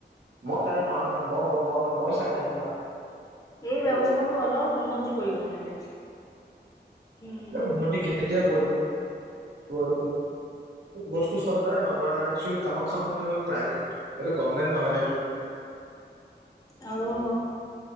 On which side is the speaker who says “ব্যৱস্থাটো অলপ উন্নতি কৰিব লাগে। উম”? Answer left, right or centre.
Left